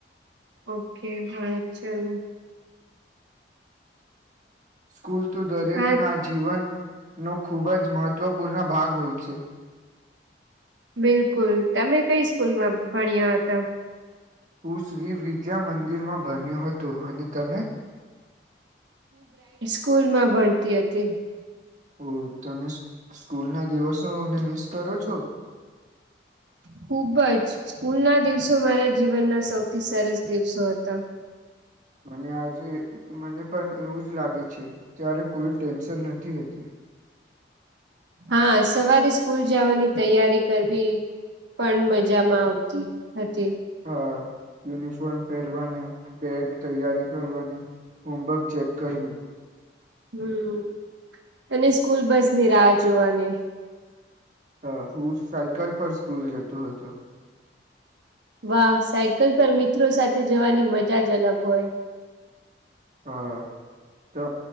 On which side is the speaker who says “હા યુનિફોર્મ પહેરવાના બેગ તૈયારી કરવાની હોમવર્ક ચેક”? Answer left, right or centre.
Right